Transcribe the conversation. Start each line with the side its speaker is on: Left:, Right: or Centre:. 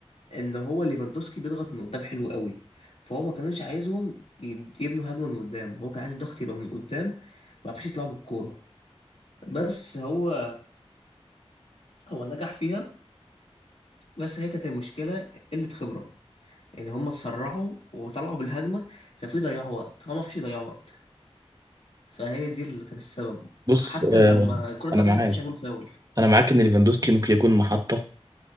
Left: إن هو ليفاندوسكي بيضغط من قدام حلو قوي فهو ما كانوش عايزهم يب- يبنوا هجمة من قدام هو كان عايز الضغط يبقى من قدام ما فيش يطلعوا بالكورة بس هو هو نجح فيها بس هي كانت المشكلة قلة خبرة يعني هم اتسرعوا وطلعوا بالهجمة ففي ضياع وقت هو ما فيش يضيعوا وقت فهي دي اللي كانت السبب
Right: بص
Left: حتى
Right: آه،
Left: لما الكرة اتقطعت
Right: انا معاك
Left: ما فيش يعملوا فاول
Right: انا معاك ان ليفاندوسكي ممكن يكون محطة